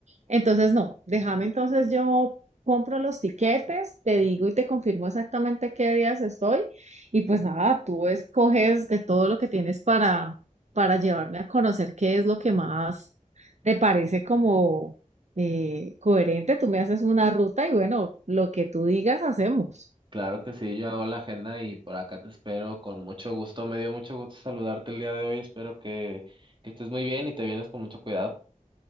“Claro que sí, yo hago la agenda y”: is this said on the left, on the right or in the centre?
Right